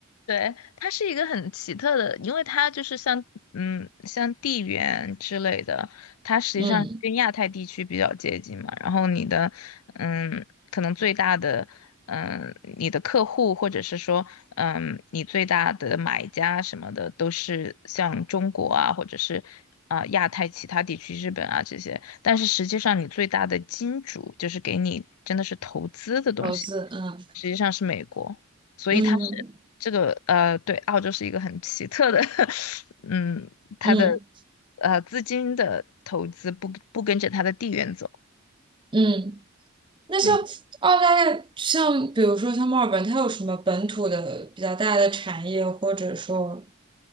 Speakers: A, on the left; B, on the right.
A: 对，它是一个很奇特的，因为它就是像嗯像地缘之类的，它实际上跟亚太地区比较接近嘛。
B: 嗯，
A: 然后你的嗯，可能最大的嗯，你的客户或者是说嗯，你最大的买家什么的，都是像中国啊，或者是啊、亚太其他地区、日本啊这些。但是实际上，你最大的金主就是给你真的是投资的东西，
B: 投资，嗯
A: 实际上是美国。所以它是这个呃，
B: 嗯
A: 对，澳洲是一个很奇特的，<laughs> 嗯，它的
B: 嗯
A: 呃资金的投资不不跟着它的地缘走，
B: 嗯。那像澳大利亚，
A: 嗯，
B: 像比如说像墨尔本，它有什么本土的比较大的产业，或者说，